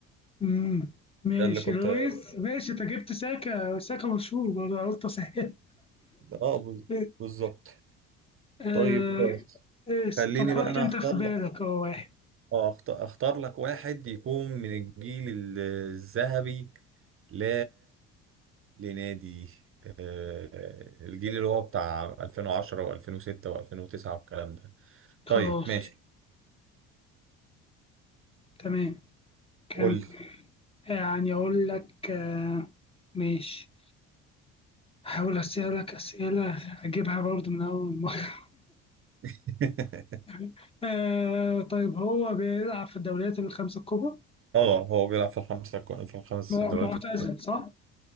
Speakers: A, on the left; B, on the right.
A: امم ماشي
B: ده اللي كنت
A: لويس ماشي انت جبت ساكا ساكا مشهور برضه أنا قلت اسهل
B: آه بز-
A: <laughs>
B: بالظبط
A: آه،
B: طيب
A: آه،
B: خليني
A: طب حط
B: بقى أنا
A: انت
B: أختار
A: في بالك
B: لك
A: اه واحد
B: آه أخت- أختار لك واحد يكون من الجيل الذهبي ل لنادي آه، الجيل اللي هو بتاع 2010 و2006 و2009 والكلام ده
A: خلاص
B: طيب ماشي
A: تمام كم
B: قول لي
A: آه، يعني اقول لك آه، ماشي هحاول اسألك اسئلة اجيبها برضو من اول مرة
B: <laughs>
A: <laughs> آه، طيب هو بيلعب في الدوريات الخمسة الكبرى
B: اه هو بيلعب في الخمس في الخمس
A: م-
B: دوريات
A: معتزل
B: الكبرى
A: صح